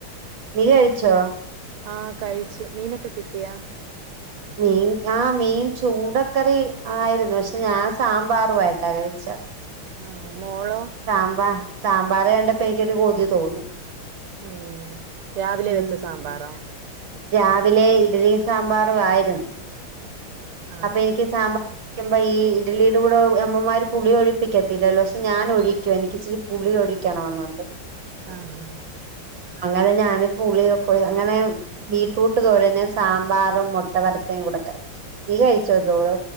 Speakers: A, on the right; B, on the right.
A: നീ കഴിച്ചോ?
B: ആഹ് കഴിച്ചു. മീനൊക്കെ കിട്ടിയാ?
A: മീൻ ആഹ് മീൻ ചൂടക്കറി ആയിരുന്നു പക്ഷെ ഞാൻ സാമ്പാറുവായിട്ടാ കഴിച്ച.
B: ആഹ് മോളോ?
A: സാമ്പാ സാമ്പാർ കണ്ടപ്പോ എനിക്കൊരു കൊതി തോന്നി.
B: ഉം രാവിലെ
A: ഉം
B: വെച്ച സാമ്പാറോ?
A: രാവിലെ ഇഡലി, സാമ്പാറു ആയിരുന്നു.
B: ആ
A: അപ്പ എനിക്ക് സാമ്പാ ക്ക്യുമ്പ ഈ ഇഡലിടെ കൂടെ അമ്മമാര് പുളി ഒഴിപ്പിക്കത്തില്ലല്ലോ? പക്ഷെ ഞാനൊഴിക്കും എനിക്കിച്ചിരി പുളി ഒഴിക്കണമെന്നുണ്ട്.
B: അങ്ങനെ
A: അങ്ങനെ ഞാന് പുള്ളിയൊക്കൊഴ് അങ്ങനെ ബീറ്റ്റൂട്ട് തോരന്, സാമ്പാറും മുട്ട വറ്ത്തെം കൂടെ കഴിച്ചു. നീ കഴിച്ചോ ചോറ്?